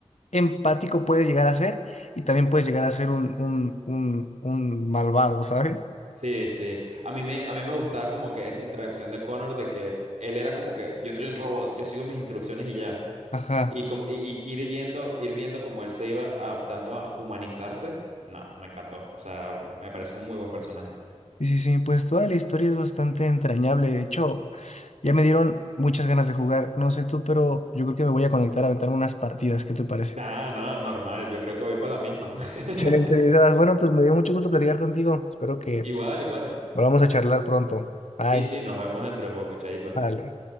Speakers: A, on the left (about 80°); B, on the right (about 85°).
A: empático puedes llegar a ser y también puedes llegar a ser un, un, un, un malvado, ¿sabes?
B: Sí, sí. A mí me, a mí me gustaba como que esa interacción de Connor de que él era como que yo soy un robot, yo sigo mis instrucciones y ya.
A: Ajá.
B: Y, como, y y ir yendo, ir viendo cómo él se iba adaptando a humanizarse, no, me encantó. O sea, me parece un muy buen personaje.
A: Sí, sí, sí. Pues toda la historia es bastante entrañable. De hecho, ya me dieron muchas ganas de jugar. No sé tú, pero yo creo que me voy a conectar a aventarme unas partidas. ¿Qué te parece?
B: Ah, no, normal, yo creo que voy para la misma. <laughs>
A: Excelente, mi Sebas. Bueno, pues me dio mucho gusto platicar contigo. Espero que
B: Igual, igual.
A: volvamos a charlar pronto. Bye.
B: Sí, sí, nos vemos dentro de poco, chaito.
A: Vale.